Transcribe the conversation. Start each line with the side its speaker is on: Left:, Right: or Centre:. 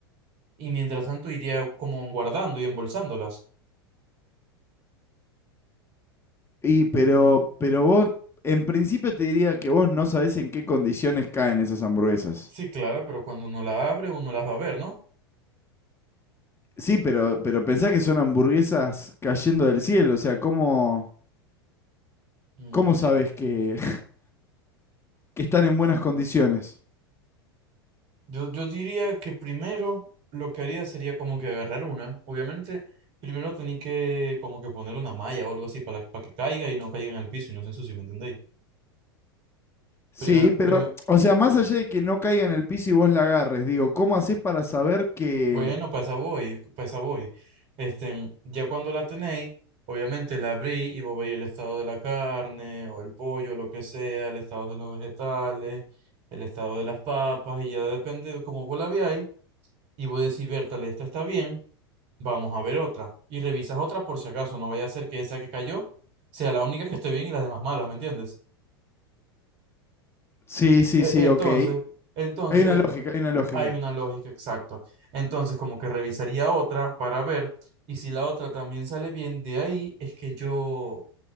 Right: y mientras tanto iría como guardando y embolsándolas.
Left: Y pero, pero vos, en principio te diría que vos no sabés en qué condiciones caen esas hamburguesas.
Right: Sí, claro, pero cuando uno la abre uno las va a ver, ¿no?
Left: Sí, pero, pero pensá que son hamburguesas cayendo del cielo, o sea, ¿cómo,
Right: Mm,
Left: cómo sabés que, <laughs> que están en buenas condiciones?
Right: Yo, yo diría que primero lo que haría sería como que agarrar una. Obviamente primero tenía que como que poner una malla o algo así para, para que caiga y no caiga en el piso y no se ensucie, ¿me entendéis?
Left: Sí,
Right: Primera,
Left: pero,
Right: prim-
Left: o sea, más allá de que no caiga en el piso y vos la agarres, digo, ¿cómo haces para saber que...
Right: Bueno, pues a voy, pues a voy. Este, ya cuando la tenéis, obviamente la abrí y vos veis el estado de la carne o el pollo, lo que sea, el estado de los vegetales, el estado de las papas, y ya depende de cómo vos la veáis, y vos decís, Bertale, esta está bien, vamos a ver otra. Y revisas otra por si acaso, no vaya a ser que esa que cayó sea la única que esté bien y las demás malas, ¿me entiendes?
Left: Sí, sí,
Right: E-
Left: sí,
Right: Entonces,
Left: ok.
Right: entonces,
Left: Hay una lógica, hay una lógica.
Right: Hay una lógica, exacto. Entonces, como que revisaría otra para ver, y si la otra también sale bien, de ahí es que yo,